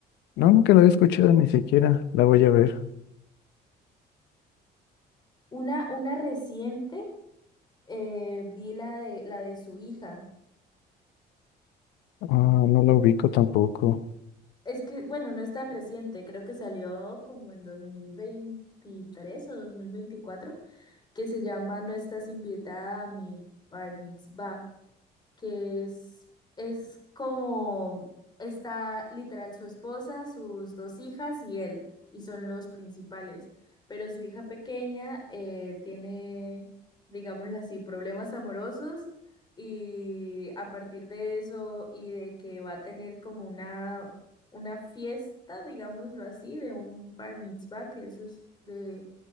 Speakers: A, on the left; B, on the left.
A: No, nunca lo había escuchado ni siquiera. La voy a ver.
B: una, una reciente, eh, vi la de, la de su hija.
A: Ah, no la ubico tampoco.
B: Es que, bueno, no es tan reciente, creo que salió como en 2023 o 2024, que se llama No estás invitada a mi Bar Mitzvah. que es, es como está literal su esposa, sus dos hijas y él, y son los principales. Pero su hija pequeña eh, tiene, digámoslo así, problemas amorosos y a partir de eso y de que va a tener como una, una fiesta, digámoslo así, de un bar mitzvah, que eso es de